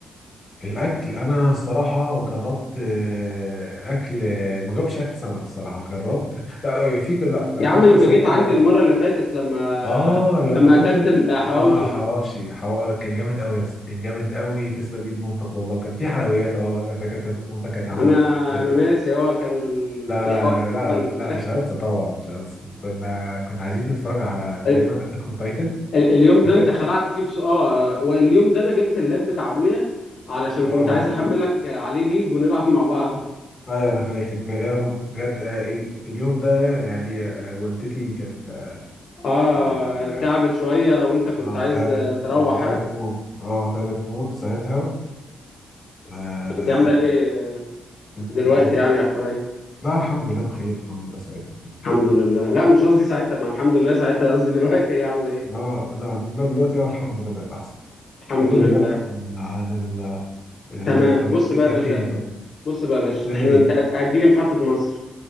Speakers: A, on the left (about 35°); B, on the left (about 65°).
A: في الأكل أنا الصراحة جربت آه، أكل آه، ما جربتش أكل سمك الصراحة جربت لا آه، في لا لا
B: يا
A: جربت
B: عم لما
A: سمك
B: جيت عندي
A: كده
B: المرة اللي فاتت لما
A: اه لما
B: لما
A: جيت
B: اكلت
A: لك
B: الحواوشي
A: اه حواوشي حواوشي كان جامد قوي يا اسطى كان جامد قوي تسلم ايد مامتك والله وكان في حلويات اه فاكر كانت مامتك كانت عامله
B: انا
A: جاتو-
B: انا ناسي هو كان ال-
A: لا
B: الحواوشي
A: لا انا لا
B: هو <laughs> ال-
A: لا لا, لا مش هنسى طبعا مش هنسى كنا كنا عايزين نتفرج على
B: ال-
A: تقريبا اتاك اون تايتن
B: اليوم
A: فاكر
B: ده انت خلعت فيه بس اه واليوم ده انا جبت اللاب بتاع ابويا علشان
A: اه
B: كنت عايز احملك عليه ليج ونلعب مع بعض
A: ايوه انا فاكر ب- آه، بجد آه، إيه، اليوم ده يعني آه، والدتي كانت
B: اه
A: اه
B: تعبت شوية وانت كنت
A: آه،
B: عايز
A: تعبت
B: تروح
A: اه تعبت
B: ها؟
A: موت اه تعبت موت ساعتها آه،
B: هي
A: آه،
B: عاملة ايه
A: كانت
B: دلوقتي
A: كانت
B: يعني اخبارها ايه
A: لا الحمد لله بخير الحمد لله ساعتها الحمد
B: الحمد
A: لله كده
B: لله لا مش قصدي ساعتها ما الحمد لله ساعتها قصدي دلوقتي هي عاملة ايه
A: اه لا لا دلوقتي اه الحمد لله بقت احسن
B: الحمد
A: كلمني
B: لله
A: بقى عن عن ال يعني
B: تمام
A: طب
B: بص
A: لو جيت
B: بقى يا
A: لك
B: باشا
A: تاني طب
B: بص بقى يا باشا
A: نعمل
B: احنا
A: ايه؟
B: انت هتجيلي محطة مصر